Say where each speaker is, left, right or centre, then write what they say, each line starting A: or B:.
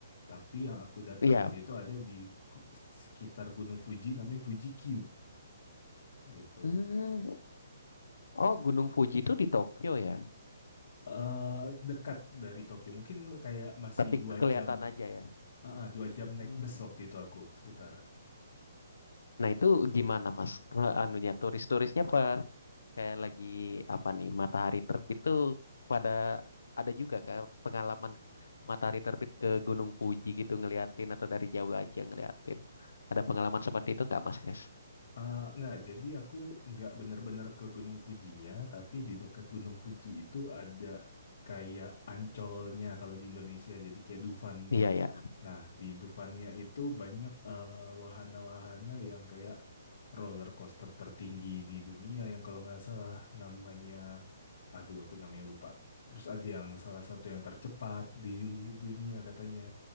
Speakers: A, on the left; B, on the left.
A: tapi yang aku datengin
B: iya betul.
A: itu ada di gu- sekitar Gunung Fuji namanya Fuji Q gitu.
B: Hmm. Oh, Gunung Fuji itu di Tokyo ya?
A: eh dekat dari Tokyo, mungkin kayak masih
B: Tapi
A: dua
B: kelihatan
A: jam,
B: aja ya.
A: ah ah, dua jam
B: Hmm.
A: naik bus waktu itu aku sekitar.
B: Nah, itu gimana Mas? Eh, Anunya turis-turisnya apa? Kayak lagi apa nih? Matahari terbit tuh pada ada juga kayak pengalaman matahari terbit ke Gunung Fuji gitu ngeliatin atau dari jauh aja ngeliatin. Ada pengalaman seperti itu nggak Mas Chris?
A: Eh, nggak, jadi aku nggak bener-bener ke Gunung Fujinya, tapi di dekat Gunung Fuji itu ada kayak ancolnya kalau di Indonesia, jadi kayak Dufannya.
B: Iya ya,
A: Nah, di Dufannya itu banyak eh, wahana-wahana yang kayak roller coaster tertinggi di dunia yang kalau nggak salah namanya, aduh aku namanya lupa. Terus ada yang salah satu yang tercepat di dunia katanya.